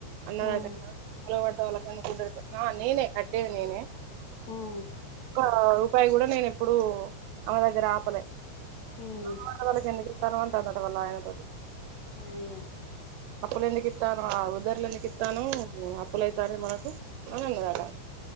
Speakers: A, on the right (about 85°); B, on the left (about 60°).
A: అన్నదటా
B: ఉమ్
A: గా ఎవలవడితే వాళ్ళకి ఉద్దార్రితా ఆ నేనే కట్టేది నేనే
B: ఉమ్
A: ఒక రూపాయి కూడా నేను ఎప్పుడు ఆమ దగ్గర ఆపలే
B: ఉమ్
A: ఏవాళ్లవాడితే వాళ్ళకి ఎందుకు ఇత్తనవ్ అంటందంటా వాళ్ళ ఆయన తోటి
B: అయ్యా
A: అప్పుల ఎందుకు ఇత్తనవ్ ఆ ఉదర్లు ఎందుకు ఇత్తనవ్ అప్పులైతన్నాయి మనకు అనన్నందట